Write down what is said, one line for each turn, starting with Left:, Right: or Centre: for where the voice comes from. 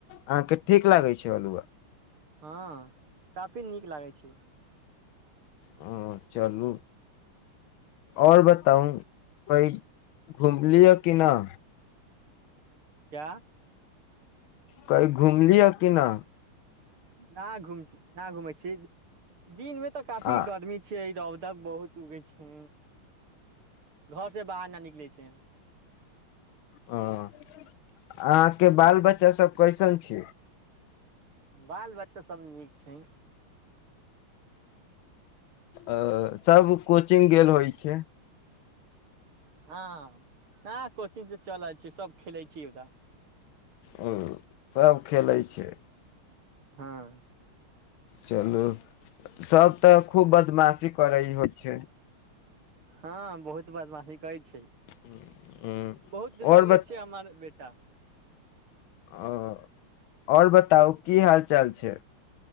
Left: अहाँके ठीक लागै छै हलुआ
Right: हँ काफी नीक लागै छै
Left: ह चलू आओर बताउ कई घुमलिह कि नहि
Right: क्या
Left: कही घुमलिह कि नहि
Right: न घुम न घुमै छी दिनमे तऽ काफी
Left: आ
Right: गर्मी छै रौ त बहुत उगे छै घर से बाहर न निकले छै
Left: ह अहाँके बाल बच्चा सब कइसन छिय
Right: बाल बच्चा सब नीक छय
Left: अ सब कोचिंग गेल होइ छै
Right: हँ ह कोचिंग से चलल छै सब खेलैय छी ओदा
Left: हु सभ खेलै छै
Right: हँ
Left: चलू सभ तऽ खूब बदमाशी करै होइ छै
Right: हँ बहुत बदमाशी करैय छय
Left: <inaudible>
Right: बहुत दुलड़िये
Left: आओर
Right: छय हमर बेटा
Left: आ आओर बताउ की हाल चाल छय